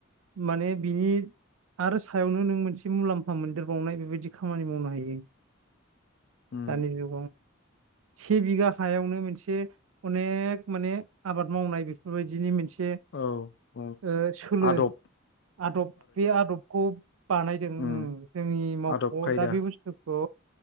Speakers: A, on the right (about 75°); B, on the left (about 55°).
A: माने बिनि आरो सायावनो नों मोनसे मुलाम्फा मोनदेरबावनाय बेबायदि खामानि मावनो हायो
B: उम
A: दानि जु से बिघा हायावनो मोनसे अनेक माने आबाद मावनाय बेख बेबायदिनि मोनसे
B: औ औ
A: ओ सोलो
B: आदब
A: आदब बे आदबखौ बानायदों
B: उम
A: जोंनि मावख'आव
B: आदब खायदा
A: दा बे बुस्थु खौ